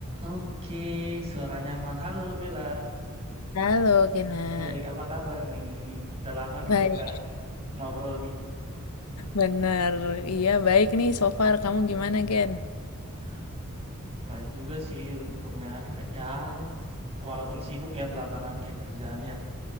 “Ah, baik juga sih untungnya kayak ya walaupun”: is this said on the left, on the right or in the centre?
Right